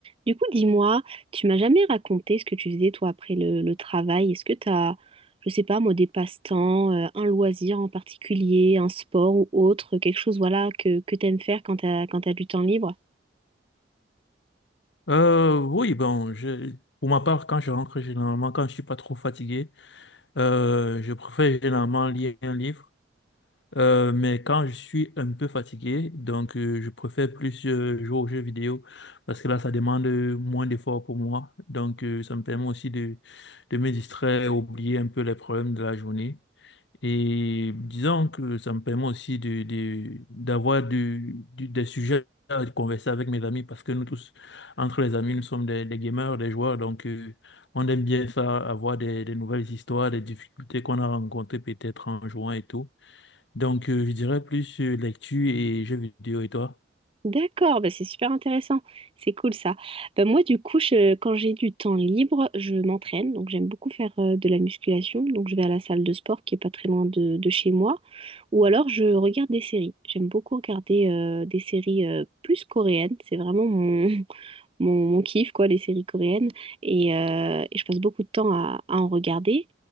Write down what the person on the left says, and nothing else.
Euh, oui, bon, je, pour ma part, quand je rentre, généralement, quand je suis pas trop fatigué, euh, je préfère généralement lire un livre. Euh, mais quand je suis un peu fatigué, donc euh, je préfère plus euh, jouer aux jeux vidéo parce que là, ça demande euh, moins d'efforts pour moi. Donc, euh, ça me permet aussi de, de me distraire, oublier un peu les problèmes de la journée. Et disons que ça me permet aussi de, de- d'avoir du- du- des sujets à converser avec mes amis parce que nous tous, entre les amis, nous sommes des, des gamers, des joueurs, donc euh, on aime bien ça, avoir des, des nouvelles histoires, des difficultés qu'on a rencontrées peut-être en jouant et tout. Donc euh, je dirais plus euh, lecture et jeux vidéo et toi?